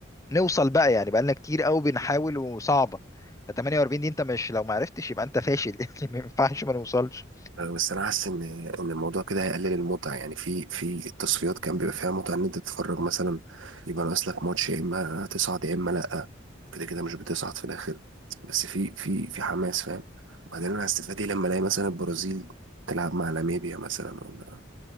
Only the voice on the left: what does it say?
نوصل بقى يعني بقى لنا كتير قوي بنحاول وصعبه 48 دي انت مش لو ما عرفتش يبقى انت فاشل <laughs> يعني ما ينفعش ما نوصلش